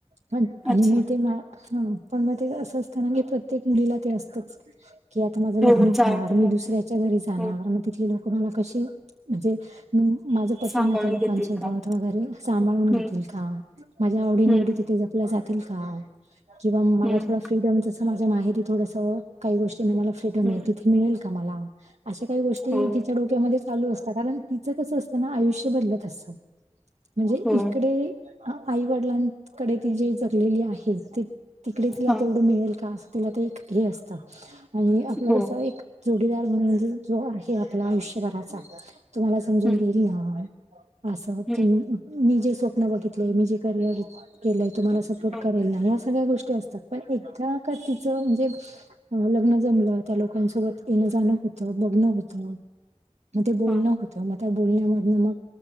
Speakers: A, on the right; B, in the centre.
A: पण आणि
B: अच्छा
A: मी ते मा -ह. पण मग ते असं असतं ना की, प्रत्येक मुलीला ते असतंच. की आता माझं लग्न
B: हो हो
A: होणार.
B: जावं तर
A: मी
B: लागतं
A: दुसऱ्या
B: हो
A: तिथले लोक मला कशी म्हणजे मी माझं पटेल
B: सांभाळून
A: ना आता लोकांसोबत
B: घेतील का
A: वगैरे सांभाळून
B: हम्म
A: घेतील का माझ्या आवडी निवडी
B: हम्म
A: तिथे जपल्या जातील का किंवा मला
B: हम्म
A: थोड फ्रीडम जस माझ्या माहेरी थोडस काही गोष्टीने मला फ्रीडम
B: हम्म
A: आहे तिथे मिळेल का मला. अशा काही गोष्टी
B: हो
A: तिच्या डोक्यामध्ये चालू असतात कारण तिचं कसं असतं ना आयुष्य बदलत असतं. म्हणजे
B: हो
A: इकडे आईवडिलांकडे ती जी जगलेली आहे ती तिकडे तिला
B: हा
A: तेवढं मिळेल का अस तिला ते एक हे असतं आणि आपलं
B: हो
A: कस एक जोडीदार म्हणजे जो आहे आपला आयुष्यभराचा तो मला समजून
B: हम्म
A: घेईल ना असं,
B: हम्म
A: की मी जे स्वप्न बघितले मी जे करियर केलंय, तुम्हाला सपोर्ट
B: हा
A: करेल ना या सगळ्या गोष्टी अस पण एकदा का तिचं म्हणजे लग्न जमलं त्या लोकांसोबत येणं जाणं होत, बघणं होत मग ते बोलणं
B: हा
A: होतं मग त्या बोलण्यामधनं मग